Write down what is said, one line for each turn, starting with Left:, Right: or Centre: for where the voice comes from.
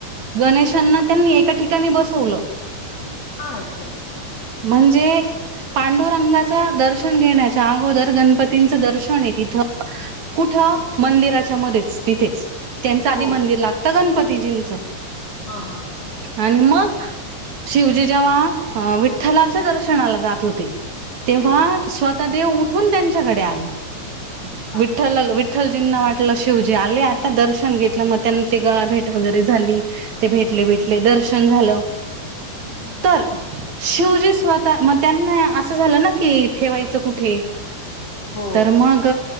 Left: हं.
Right: गणेशांना त्यांनी एका ठिकाणी बसवलं.
Left: हां असं.
Right: म्हणजे पांडुरंगाच दर्शन घेण्याच्या अगोदर, गणपतींचं दर्शन आहे तिथं कुठं मंदिराच्या मध्येच तिथेच. त्यांचं आधी
Left: हो
Right: मंदिर लाग त गणपतीजींचं.
Left: हां हां हां.
Right: आणि मग शिवजी जेव्हा अ वि ठ्ठलाच्या दर्शनाला जात होते, तेव्हा
Left: हो हो
Right: स्वतः देेव उठून त्यांच्याकडे आले.
Left: अरे बापरे!
Right: विठ्ठलाल विठ्ठलजींना वाट लं शिवजी आले आता दर्शन घेतलं, मग त्यां ते गळा भेट वगैरे झाली. ते भेटले
Left: हम्म
Right: बिटले, दर्शन झालं.
Left: हम्म
Right: तर शिवजी स्वतः म त्यांना असं झालं ना की ठेवायचं कुठे?
Left: हो
Right: तर मग